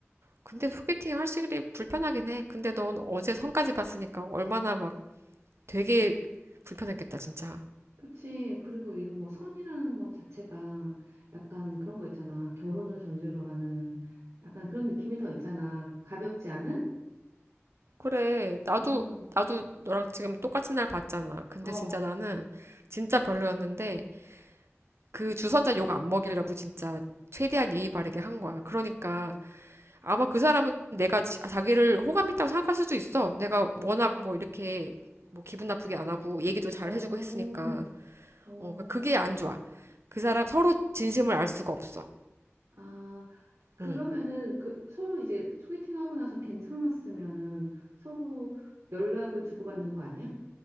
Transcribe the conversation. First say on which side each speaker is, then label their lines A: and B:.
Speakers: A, on the right; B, on the right.
A: 근데 소개팅 하시기 불편하긴 해. 근데 넌 어제 선까지 봤으니까 얼마나 막 되게 불편했겠다, 진짜.
B: 그렇지. 그리고 이런 거 선이라는 거 자체가 약간 그런 거 있잖아. 결혼을 전제로 하는 약간 그런 느낌이 더 있잖아. 가볍지 않은?
A: 그래, 나도,
B: 어,
A: 나도 너랑 지금 똑같은 날 봤잖아. 근데
B: 어,
A: 진짜 나는 진짜 별로였는데 그 주선자 욕 안 먹이려고 진짜 최대한 예의 바르게 한 거야. 그러니까 아마 그 사람은 내가 지- 자기를 호감 있다고 생각할 수도 있어. 내가 워낙 뭐 이렇게 뭐 기분 나쁘게 안 하고 얘기도 잘
B: 어,
A: 해주고 했으니까.
B: 어.
A: 어, 그러니까 그게 안 좋아. 그 사람 서로 진심을 알 수가 없어.
B: 아, 그러면은
A: 응.
B: 그 서로 이제 소개팅하고 나서 괜찮았으면은 서로 연락을 주고받는 거 아니야?